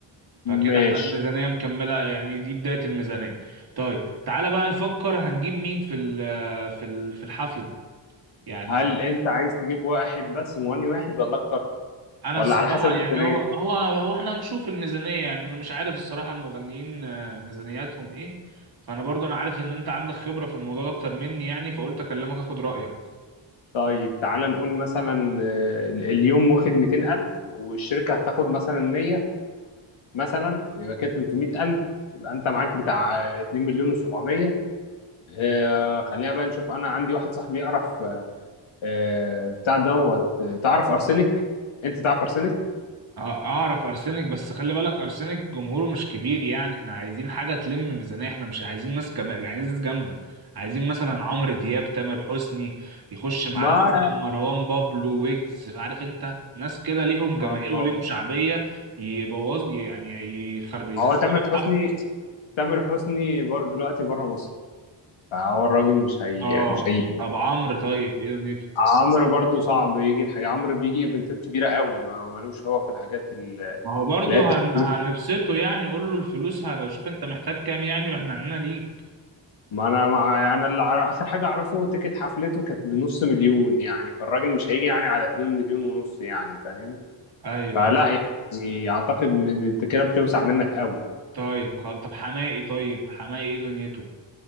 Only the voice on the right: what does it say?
فكده
احنا الميزانية مكملة يعني دي بداية الميزانية طيب تعالى بقى نفكر هنجيب مين في ال- في ال- في الحفلة يعني
انا
الصراحة
يعني هو هو هو احنا هنشوف الميزانية يعني انا مش عارف الصراحة المغنيين آه، ميزانياتهم ايه فانا برضو انا عارف ان انت عندك خبرة في الموضوع ده اكتر مني يعني فقلت اكلمك اخد رأيك
أع- اعرف ارسنك بس خلي بالك ارسنك جمهوره مش كبير يعني احنا عايزين حاجه تلم ميزانيه احنا مش عايزين ناس كم... عايزين ناس جامده عايزين مثلا عمرو دياب تامر حسني يخش معاها
مثلا مروان بابلو ويجز عارف انت ناس كده ليهم جماهير
وليهم شعبيه يبوظ يعني يخرب يخربوا
الحفله
اه
طب عمرو طيب ايه دنيته
ما هو برضه
هن... هنبسطه يعني قول له الفلوس هنشوف انت محتاج كام يعني واحنا عندنا ليك
ايوه
أيوة.
طيب خلاص طب حماقي طيب حماقي ايه دنيته